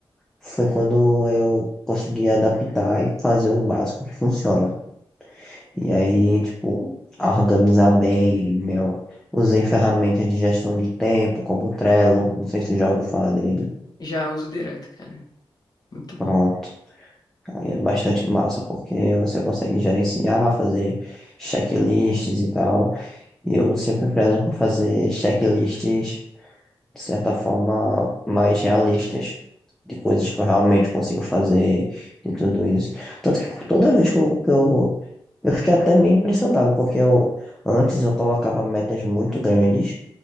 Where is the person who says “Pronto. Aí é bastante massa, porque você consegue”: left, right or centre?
Centre